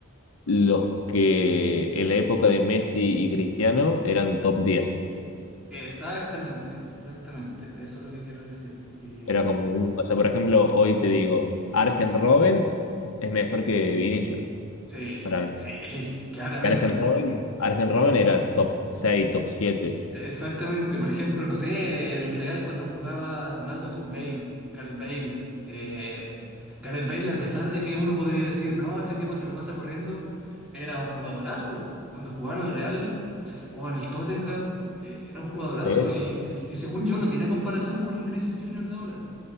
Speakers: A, on the left; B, in the centre.
A: los que en la época de Messi y Cristiano eran top diez
B: Exactamente, exactamente, eso es lo que quiero decir. Y
A: Era como un, o sea, por ejemplo, hoy te digo, Arjen Robben es mejor que Vinicius
B: Sí,
A: para mí.
B: sí, <laughs> claramente.
A: Y Arjen Robben, Arjen Robben era top seis top siete
B: Exactamente. Por ejemplo, no sé, en el Real cuando jugaba Ronaldo con Bale, Gareth Bale. eh, Gareth Bale, a pesar de que uno podría decir, no, este tipo se lo pasa corriendo, era un jugadorazo. Cuando jugaba en el Real pf, o en el Tottenham, eh, era un jugadorazo
A: ¿Eh?
B: y, y según yo no tiene comparación con un Vinicius Junior de ahora.